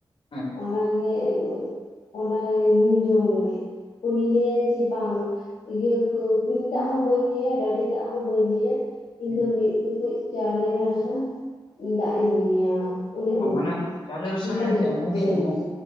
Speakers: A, on the left; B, on the left.
A: ᱦᱮᱸ
B: ᱚᱱᱟ ᱜᱮᱼᱼ ᱚᱱᱟ ᱧᱩ ᱡᱚᱝ ᱢᱮ ᱩᱱᱤ ᱞᱟᱹᱭᱟᱭ ᱡᱮ ᱵᱟᱝ ᱤᱭᱟᱹᱼᱼ ᱠᱚ ᱠᱩᱧ ᱫᱟᱜ ᱦᱚᱸ ᱵᱟᱹᱧ ᱧᱩᱭᱟ ᱰᱟᱹᱰᱤ ᱫᱟᱜ ᱦᱚᱸ ᱵᱟᱹᱧ ᱧᱩᱭᱟ ᱤᱧ
A: ᱦᱮᱸ
B: ᱫᱚ ᱢᱤᱫ ᱴᱩᱠᱩᱡᱼᱼ ᱪᱟᱣᱞᱮ ᱨᱟᱥᱟ ᱫᱟᱜ ᱮᱧ ᱧᱩᱭᱟ᱾ ᱚᱱᱮ
A: ᱚ
B: ᱚᱱᱠᱟ
A: ᱢᱟᱱᱮ ᱪᱟᱣᱞᱮ ᱨᱟᱥᱟ
B: ᱚᱱᱠᱟ
A: ᱢᱟᱱᱮ
B: ᱧᱚᱜ
A: ᱪᱮᱫ ᱦᱟᱺᱰᱤ
B: ᱥᱮᱨᱮᱧᱼᱼ
A: ᱦᱮᱸ,